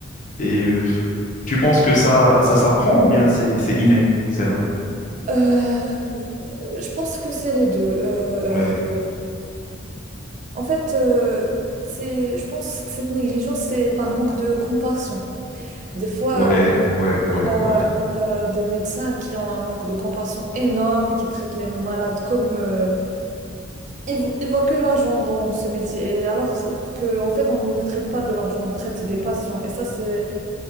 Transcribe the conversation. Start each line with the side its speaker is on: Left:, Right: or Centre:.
Left: Et euh, tu penses que
Right: tu-
Left: ça, ça s'apprend ou bien c'est, c'est inné, celle-là?
Right: Euh, je pense que c'est les deux. Euh,
Left: Ouais,
Right: En fait, euh, c'est, je pense que cette négligence, c'est par manque de compassion. Des fois,
Left: ouais,
Right: euh,
Left: ouais, ouais,
Right: il y a,
Left: ouais.
Right: il y a des médecins qui ont un manque de compassion énorme, qui traitent les malades comme... euh, ils, vo- ils voient que l'argent dans ce métier. Et alors que, en fait, on ne traite pas de l'argent, on traite des patients. Et ça, c'est,